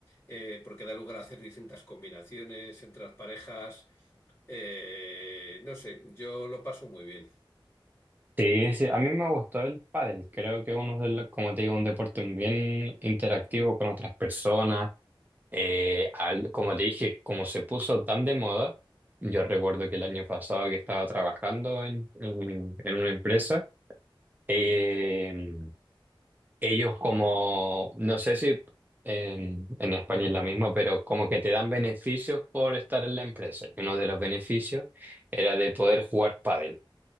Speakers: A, on the left; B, on the right.
A: eh, porque da lugar a hacer distintas combinaciones entre las parejas. Eh, no sé, yo lo paso muy bien.
B: Sí, sí, a mí me gustó el pádel. Creo que es uno de los, como te digo, un deporte bien interactivo con otras personas. Eh, al- como te dije, como se puso tan de moda, yo recuerdo que el año pasado que estaba trabajando en, en- en una empresa, eh, ellos como, no sé si en, en España es lo mismo, pero como que te dan beneficios por estar en la empresa. Y Uno de los beneficios era de poder jugar pádel.